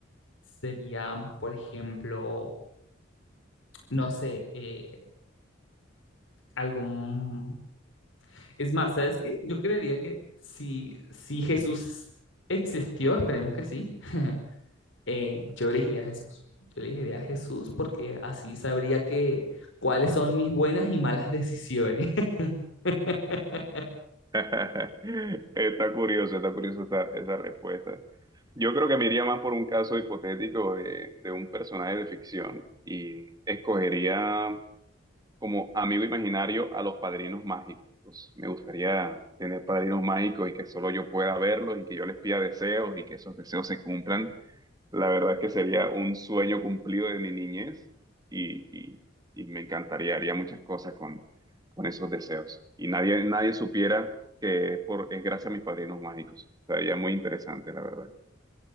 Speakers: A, on the left; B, on the right.
A: sería, por ejemplo, no sé, eh, algún Es más, ¿sabes qué? Yo creería que si, si Jesús existió, esperemos que sí, <laughs> eh, yo elegiría a Jesús. Yo elegiría a Jesús porque así sabría que cuáles son mis buenas y malas decisiones. <laughs>
B: <laughs> Está curioso, está curiosa esa, esa respuesta. Yo creo que me iría más por un caso hipotético de, de un personaje de ficción y escogería como amigo imaginario a los padrinos mágicos. Me gustaría tener padrinos mágicos y que solo yo pueda verlos y que yo les pida deseos y que esos deseos se cumplan. La verdad es que sería un sueño cumplido de mi niñez y, y- y me encantaría, haría muchas cosas con, con esos deseos. Y nadie, nadie supiera que es por, es gracias a mis padrinos mágicos. Sería muy interesante, la verdad.